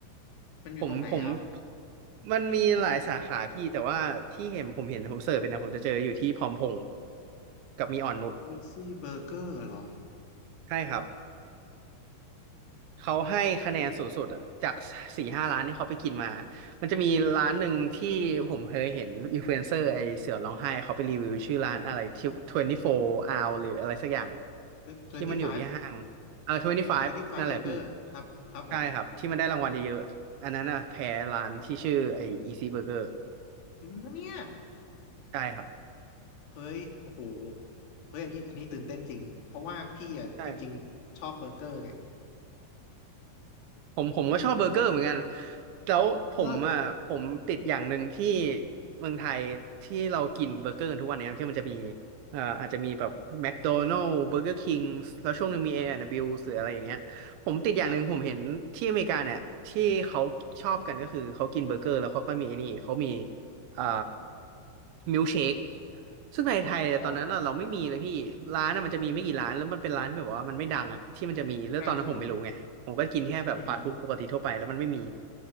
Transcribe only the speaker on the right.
ผมผมมันมีหลายสาขาพี่แต่ว่าที่เห็นผมเห็นผมเสิร์ชไปเนะผมจะเจออยู่ที่พร้อมพงษ์กับมีอ่อนนุช
ใช่ครับ เขาให้คะแนนสูงสุดอะจากสี่ห้าร้านที่เขาไปกินมา
มันจะมีร้านหนึ่งที่ผมเคยเห็นอินฟลูเอนเซอร์ไอเสือร้องไห้เขาไปรีวิวชื่อร้านอะไรที่24 hour หรืออะไรสักอย่าง
ที่มันอยู่ที่ห้างเออ25นั่นแหละพี่
ใช่ครับที่มันได้รางวัลเยอะๆอันนั้นอะแพ้ร้านที่ชื่อไอ Easy Burger
ใช่ครับ
ใช่ ผมผมก็ชอบเบอร์เกอร์เหมือนกัน
แล้วผมอ่ะผมติดอย่างหนึ่งที่
เมืองไทยที่เรากินเบอร์เกอร์กันทุกวันเนี้ยที่มันจะมีเอ่ออาจจะมีแบบแมคโดนัล s ์เบอร์เกอร์คิงแล้วช่วงหนึ่งมีเอแอนด์ดับเบิลยูหรืออะไรอย่างเงี้ยผมติดอย่างหนึ่งผมเห็นที่อเมริกาเนี่ยที่เขาชอบกันก็คือเขากินเบอร์เกอร์แล้วเขาก็มีไอ้นี่เขามี
เอ่อมิลเชคซึ่งในไทยตอนนั้นน่ะเราไม่มีเลยพี่ร้านน่ะมันจะมีไม่กี่ร้านแล้วมันเป็นร้านที่แบบว่ามันไม่ดังอ่ะที่มันจะมีแล้วตอนนั้นผมไม่รู้ไง
ผมก็กินแค่แบบฟาสต์ฟู้ดปกติทั่วไปแล้วมันไม่มี